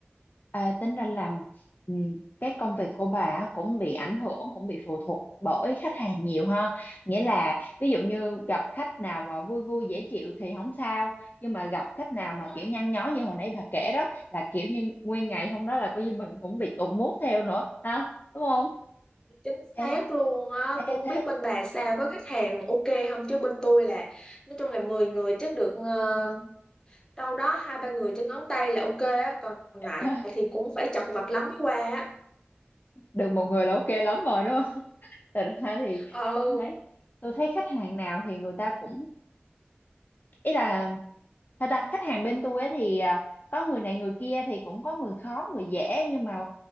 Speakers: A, on the left (about 45°); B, on the left (about 15°).
A: à, tính ra làm ừ, cái công việc của bà cũng bị ảnh hưởng cũng bị phụ thuộc bởi khách hàng nhiều ha nghĩa là ví dụ như gặp khách nào mà vui vui dễ chịu thì không sao nhưng mà gặp khách nào mà
B: Ừ,
A: kiểu nhăn nhó như hồi nãy bà kể đó là kiểu như nguyên ngày hôm đó là coi như mình cũng bị tụt mood theo nữa ha đúng không
B: chính xác
A: ê
B: luôn á
A: ê
B: tôi không
A: thế
B: biết bên bà sao có khách hàng ok không chứ bên tôi là nói chung là 10 người chắc được ờ, đâu đó hai ba người trên ngón tay là ok á còn lại
A: <laughs>
B: thì cũng phải chật vật lắm mới qua á
A: được một người là ok lắm rồi đúng thật ra thì
B: ờ
A: tôi thấy tôi thấy khách hàng nào thì người ta cũng ý là thật ra khách hàng bên tôi á thì à, có người này người kia thì cũng có người khó người dễ nhưng mà